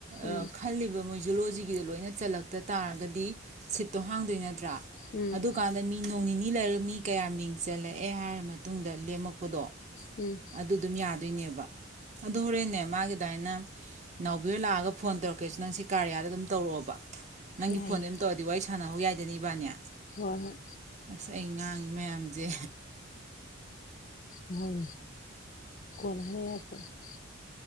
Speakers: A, on the left; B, on the right.
A: ꯎꯝ
B: ꯑ ꯈꯜꯂꯤꯕ ꯃꯣꯏ ꯖꯨꯂꯣꯖꯤ ꯒꯤꯗꯣ ꯂꯣꯏꯅ ꯆꯜꯂꯛꯇ ꯇꯥꯔꯒꯗꯤ ꯁꯤꯠꯇꯣ ꯍꯥꯡꯗꯣꯏ ꯅꯠꯇ꯭ꯔꯥ
A: ꯎꯝ
B: ꯑꯗꯨꯀꯥꯟꯗ ꯃꯤ ꯅꯣꯡ ꯑꯅꯤ ꯂꯔꯛꯃꯤ ꯀꯌꯥ ꯃꯤꯡ ꯆꯜꯂꯛꯑꯦ ꯍꯥꯏꯔ ꯃꯇꯨꯡꯗ ꯂꯦꯝꯃꯛꯄꯗꯣ
A: ꯎꯝ
B: ꯑꯗꯨ ꯑꯗꯨꯝ ꯌꯥꯗ ꯑꯗꯨꯅꯦꯕ ꯑꯗꯨ ꯍꯣꯔꯦꯟꯅꯦ ꯃꯥꯒꯤꯗ ꯃꯥꯏꯅ ꯅꯥꯎꯕꯤꯔ ꯂꯥꯛꯑꯒ ꯐꯣꯟ ꯇꯧꯔꯛꯀꯦꯁꯨ ꯅꯪ ꯁꯤ ꯀꯥꯔꯌꯥꯗ ꯑꯗꯨꯝ ꯇꯧꯔꯛꯑꯣꯕ ꯅꯪꯒꯤ
A: ꯌꯥꯏꯌꯦ
B: ꯐꯣꯟꯗꯩꯩ ꯑꯗꯨꯝ ꯇꯧꯔꯗꯤ ꯋꯥꯔꯤ ꯁꯥꯟꯅꯍꯧ ꯌꯥꯏꯗꯅ ꯏꯕꯅꯤ
A: ꯍꯣꯏ
B: ꯑꯁ ꯑꯩ ꯉꯥꯡꯉꯤ ꯃꯌꯥꯝꯁꯦ
A: ꯃꯣꯏꯅꯦ ꯀꯣꯟꯅ ꯍꯥꯏꯅ ꯌꯥꯕ ꯄꯣꯠꯅꯤ